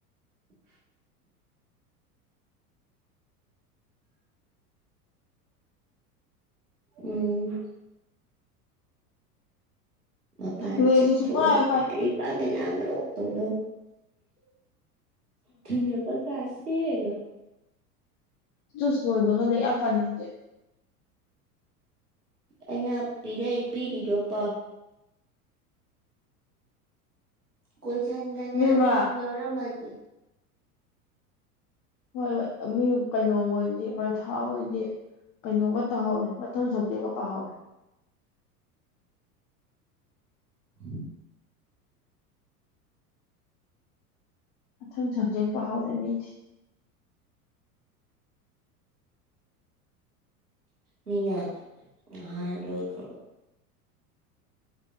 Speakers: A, on the right; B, on the left.
A: <unintelligible> ꯑ ꯎꯝ <unintelligible> ꯃꯄꯥꯟ
B: ꯂꯦꯛꯁꯦ
A: ꯆ
B: ꯁꯨꯡꯄꯥꯏ
A: ꯊ
B: ꯄꯥꯅꯤꯡ
A: ꯍꯔꯤ ꯄꯒꯦ ꯂꯥꯡꯒꯔꯣ ꯇꯧ ꯂ ꯊꯩꯅ ꯄ ꯀꯥꯁꯦꯗ
B: ꯇꯨꯁ ꯂꯣꯏꯕꯒ ꯂꯩ ꯌꯥꯝ ꯄꯥꯅꯤꯡꯗꯦ
A: ꯑꯩꯅ ꯄꯤꯔ ꯄꯤꯔꯤꯗꯣ ꯄꯥꯎ ꯀꯣꯏ ꯆꯟꯗꯅꯤ
B: ꯏꯕꯦꯝꯃ
A: ꯑꯗꯨꯗꯨ ꯑꯣꯧꯔꯝꯗꯤ
B: ꯍꯣꯏ ꯍꯣꯏ ꯃꯤ ꯀꯩꯅꯣꯝ ꯑꯣꯏꯗꯤ ꯃꯊꯥ ꯑꯣꯏꯗꯤ ꯀꯩꯅꯣꯝꯒ ꯇꯥꯍꯧꯔꯦ ꯃꯊꯪ ꯁꯞꯖꯦꯛꯒ ꯄꯥꯍꯧꯔꯦ
A: ꯍ
B: ꯑꯪ ꯁꯖꯦꯛ ꯄꯍꯥꯎꯔ ꯃꯤ
A: ꯃꯤꯅ ꯉꯥꯟ ꯂꯣꯏꯈ꯭ꯔꯕ